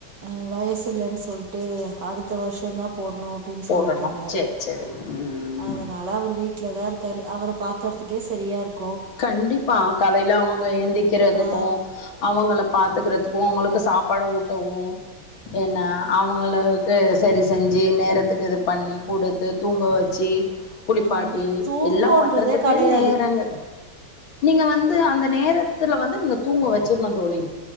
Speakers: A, on the right; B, on the left.
A: ஆ வயசு இல்லைன்னு சொல் ட்டு அடுத்த வருஷந்தா போடணு அப்டின்னு
B: போடணு
A: சொல்லிட்டாங்க
B: சேரி சேரி ம்
A: அதனால அவரு வீட்லதா இருக்காரு அவர பாக்கறதுக்கே சரியா இருக்
B: கண்டிப்பா காலையில அவங்க ஏந்திக்கிறதுக்கு
A: ஆ
B: அவங்கள பாத்துக்கற த்துக்கு அவங்களுக்கு சாப்பாடு ஊட்டவு என்ன அவங்களுக்கு சரி செஞ்சு நேரத்துக்கு இது பண்ணி குடுத்து தூங்க வச்சி குளிப்பாட்டி
A: ஆமா தூக்கன்றதே
B: எல்லாம் பண்றதுக்கு
A: கெடையாது
B: நேரங்க நீங்க வந்து அந்த நேரத்துல வந்து நீங்க தூங்க வச்சிருணு தோழி